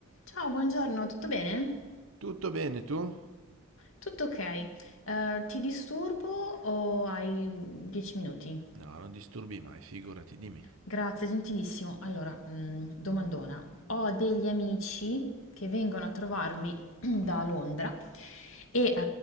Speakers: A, on the left (about 70°); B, on the right (about 75°).
A: Ciao, buongiorno, tutto bene?
B: Tutto bene tu? No,
A: Tutto ok. Eh, ti disturbo o hai 10 minuti?
B: non disturbi mai, figurati, dimmi.
A: Grazie, gentilissimo. Allora, mm, domandona. Ho degli amici che vengono a trovarmi <clears throat> da Londra e, eh,